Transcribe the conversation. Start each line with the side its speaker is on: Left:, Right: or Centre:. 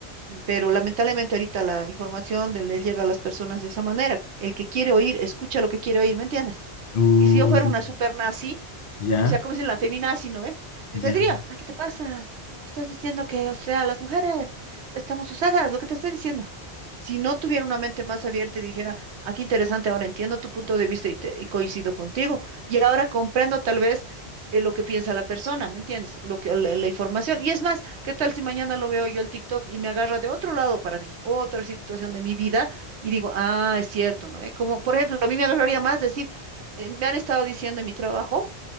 Right: pero lamentablemente ahorita la información de- les llega a las personas de esa manera. El que quiere oír, escucha lo que quiere oír, ¿me entiendes?
Left: uh,
Right: Y si yo fuera una super nazi,
Left: ya,
Right: o sea, como si la feminazi, ¿no ve? Y
Left: ya,
Right: te diría, ay, ¿qué te pasa? Estás diciendo que, o sea, las mujeres estamos usadas, lo que te estoy diciendo. Si no tuviera una mente más abierta y dijera, aquí interesante, ahora entiendo tu punto de vista y, te- y coincido contigo. Y ahora comprendo tal vez eh, lo que piensa la persona, ¿me entiendes? Lo que, la, la información. Y es más, ¿qué tal si mañana lo veo yo el TikTok y me agarra de otro lado para mí, otra situación de mi vida y digo, ah, es cierto, ¿no? Eh, Como, por ejemplo, a mí me agarraría más decir, eh, me han estado diciendo en mi trabajo